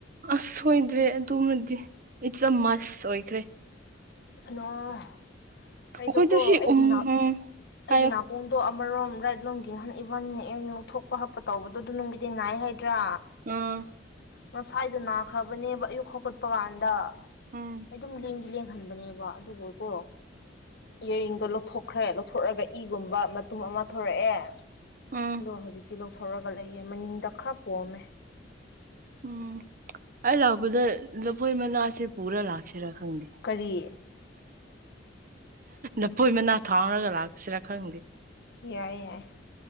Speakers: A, on the right; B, on the left.
A: ꯑꯁ ꯁꯣꯏꯗ꯭ꯔꯦ ꯑꯗꯨꯃꯗꯤ ꯏꯠꯁ ꯑꯦ ꯃꯁ ꯑꯣꯏꯈ꯭ꯔꯦ
B: ꯍꯟꯅꯣ- ꯑꯩꯗꯣꯀꯣ
A: ꯑꯩꯈꯣꯏꯗꯣ ꯁꯤ
B: ꯑꯩꯒꯤ
A: ꯎꯝ
B: ꯅꯥꯛ
A: ꯎꯝ
B: ꯑꯩꯒꯤ
A: ꯍꯥꯏꯌꯣ
B: ꯅꯥꯀꯣꯡꯗꯣ ꯑꯃꯔꯣꯝ ꯔꯥꯏꯠ ꯂꯣꯝꯒꯤ ꯅꯍꯥꯟ ꯏꯕ ꯏꯕꯥꯅꯤꯅ ꯑꯦꯌꯥꯔ ꯔꯤꯡ ꯂꯧꯊꯣꯛꯄ ꯍꯥꯞꯄ ꯇꯧꯕꯗꯣ ꯗꯨ ꯅꯨꯡꯕꯨꯗꯤ ꯅꯥꯏ ꯍꯥꯏ ꯇ꯭ꯔꯥ
A: ꯎꯝ
B: ꯉꯁꯥꯏꯗꯣ ꯅꯥꯈ꯭ꯔꯕꯅꯦꯕ ꯑꯌꯨꯛ ꯍꯧꯒꯠꯄ ꯀꯥꯟꯗ
A: ꯎꯝ
B: ꯑꯩ ꯗꯨꯝ ꯂꯦꯡꯗꯤ ꯂꯦꯡ ꯍꯟꯕꯅꯦ ꯕ ꯑꯗꯨꯕꯨꯀꯣ ꯏꯌꯔ ꯔꯤꯡꯗꯣ ꯂꯧꯊꯣꯛꯈ꯭ꯔꯦ ꯂꯧꯊꯣꯛꯑꯒ ꯏꯒꯨꯝꯕ ꯃꯇꯨꯝ ꯑꯃ ꯊꯣꯛꯔꯛꯑꯦ
A: ꯎꯝ
B: ꯑꯗꯣ ꯍꯧꯖꯤꯛꯇꯤ ꯂꯧ- ꯊꯣꯔꯒ ꯂꯩꯌꯦ ꯃꯅꯤꯡꯗ ꯈꯔ ꯄꯣꯝꯃꯦ
A: ꯎꯝ ꯑꯩ ꯂꯥꯛꯄꯗ ꯂꯐꯣꯏ ꯃꯅꯥꯁꯦ ꯄꯨꯔ ꯂꯥꯛꯁꯤ ꯁꯦꯔꯥ ꯈꯪꯗꯦ
B: ꯀꯔꯤ
A: ꯅꯐꯣꯏ ꯃꯅꯥ ꯊꯥꯎꯔꯒ ꯂꯥꯛꯁꯤꯔꯥ ꯈꯪꯗꯦ
B: ꯌꯥꯏ ꯌꯥꯏ